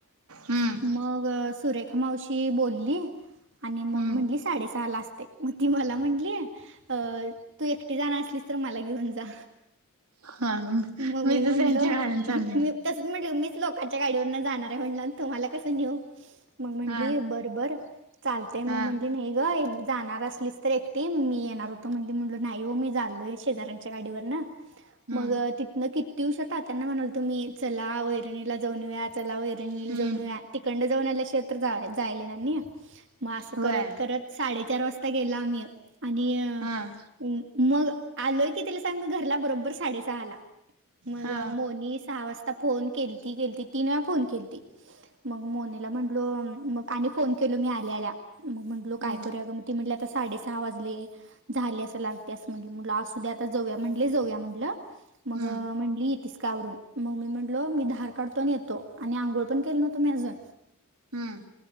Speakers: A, on the right (about 85°); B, on the right (about 55°).
A: हम्म
B: मग सुरेखा मावशी बोलली आणि मग
A: हम्म
B: म्हटली साडेसहा ला असते. मग ती मला म्हटली, अ तू एकटी जाणार असलीस तर मला घेऊन जा.
A: हा
B: म्मी
A: मी दुसऱ्यांच्या
B: म्हटल
A: गाड्यान चालले
B: मी तसच म्हंटलं मीच लोकां गाडीवर जाणार आहे म्हण तुमला कसं नेऊ मग म्हंली
A: हा
B: बरं बर चालतय मग
A: हा
B: म्हंटली नाही ग जाणार असलीच तर एकटी मी येणार होतो,, म्हण, म्हटलो, नाही हो मी चालोय शेजऱ्यांच्या गाडीवर नं
A: हम्म
B: मग ति न किती दिवसात त्यांत्याना म्हणालतो तुम्ही चला वैरणीला जाऊन या्वया, चला वैरणीला
A: हम्म
B: जाऊन या्वया. तिखंड जाऊन आल्या क्षेत्र जायले एणार नाही, मग असं
A: होय
B: करत करत साडेचार वाजता गेला आम्ही, आणि
A: हां
B: मग, आलोय की ति ला सांग मी घरला,, बरोबर साडेसहा ला मग,
A: हा
B: मोनी सहा वाजता आता फोन केल ती, केलती, तिन वेळा फोन केलती, मग मोनीला म्हटलो मग आणि फोन केलो मी आल्याआल्या, मग म्हंटलो
A: हम्म
B: काय करूया गळ मग ती म्हटली आता साडे सहा वाजले. झाली असंल आरती, असं म्हणलं असूंदे जाऊया म्हटले जाऊया म्हटलं मग
A: हम्म
B: म्हणली इतीच काय आवरून, मग मी म्हटलो, मी धार काढतोन येतो, आणि आंघोळ पण केले नव्हतो मी अजून
A: हम्म